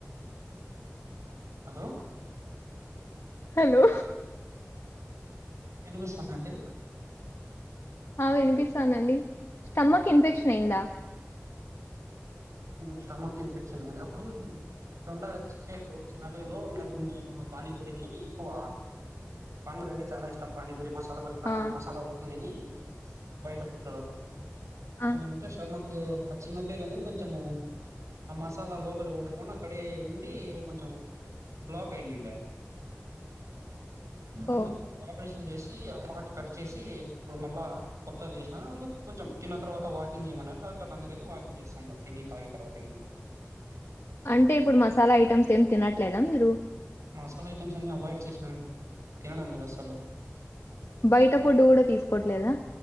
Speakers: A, on the right (about 85°); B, on the left (about 65°).
A: హలో
B: హలో
A: వినిపిస్తానండి
B: ఆ వినిపిస్తాందండి స్టమ్మక్ ఇన్ఫెక్షన్ అయిందా
A: స్టమక్ ఇన్ఫెక్షన్ అయిన అప్పుడు ఉంటది గా చిన్న పేగు నేను పానీపూరి ఎక్కువ పానీపూరి అంటే చానా ఇష్టం పూరి మసాలా గురిడుని
B: ఆ
A: మసాలాలు ఎక్కువ తిని బయట ఫుడ్
B: ఆ
A: ఏమైందంటే స్టొమక్కు మాకు ఆ చిన్న పేగు అనేది కొంచము ఆ మసాలా లోపలి పోకుండా అక్కడే ఉండి ఇది కొంచెం బ్లోక్ అయినంట అందుకు
B: ఓ
A: ఆపరేషన్ చేసి ఆ పాట్ కట్ చేసి ఇప్పుడు మళ్ళా కొత్తది చేసిన అందు కొంచెం తిన్న తర్వాత వాకింగ్ చెయ్యమన్నారు క్టర్ కాని వాకింగ్ చేస్తాండ తిని తాగిన తర్వాత ఏమైనా
B: అంటే ఇప్పుడు మసాలా ఐటెమ్స్ ఏం తినట్లేదా మీరు
A: మసాలా ఐటమ్స్ అన్ని అవాయిడ్ చేసినాండి తినడం లేదు అసలు
B: బయట ఫుడ్ కూడా తీసుకోవట్లేదా